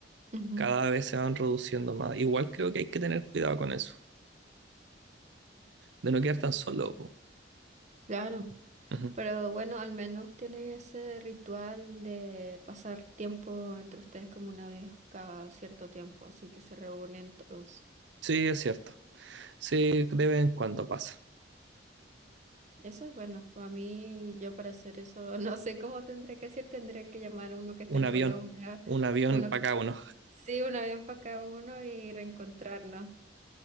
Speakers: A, on the right (about 40°); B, on the right (about 70°).
A: Ujú,
B: cada vez se van reduciendo más. Igual creo que hay que tener cuidado con eso, de no quedar tan solo, po.
A: Claro.
B: Ujú.
A: Pero bueno, al menos tienen ese ritual de pasar tiempo entre ustedes como una vez cada cierto tiempo, así que se reúnen todos.
B: Sí, es cierto. Sí, de vez en cuando pasa.
A: Eso es bueno, para mí, yo para hacer eso, <laughs> no sé cómo tendría que hacer, tendría que llamar a uno que
B: Un
A: está en
B: avión,
A: Colombia,
B: un avión
A: uno,
B: para cada uno.
A: sí, un avión para cada uno y reencontrarnos.